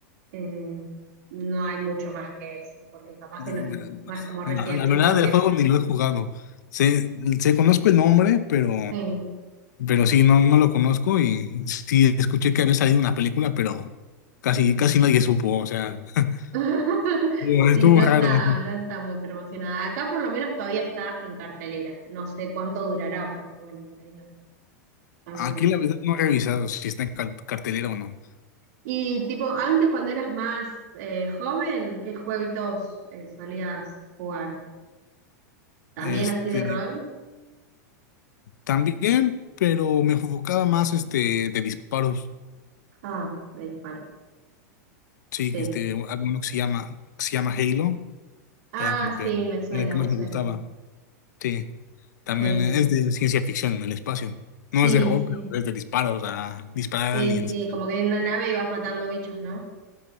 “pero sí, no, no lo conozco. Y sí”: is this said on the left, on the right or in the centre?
Left